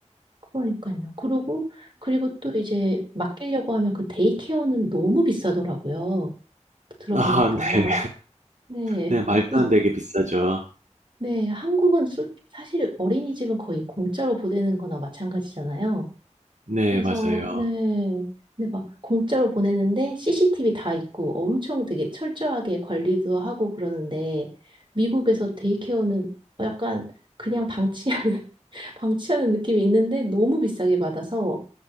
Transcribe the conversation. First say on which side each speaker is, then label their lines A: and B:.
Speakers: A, on the right; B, on the right.
A: 그러니까요. 그리고, 그리고 또 이제 맡기려고 하면 그 데이케어는 너무 비싸더라고요. 들어보니까.
B: 아, 네.
A: 네.
B: 네, 말도
A: 어,
B: 안 되게 비싸죠.
A: 네. 한국은 솔- 사실 어린이집은 거의 공짜로 보내는 거나 마찬가지잖아요.
B: 네,
A: 그래서,
B: 맞아요.
A: 네. 근데 막 공짜로 보내는데 CCTV 다 있고 엄청 되게 철저하게 관리도 하고 그러는데 미국에서 데이케어는 약간 그냥 방치하는, <laughs> 방치하는 느낌이 있는데 너무 비싸게 받아서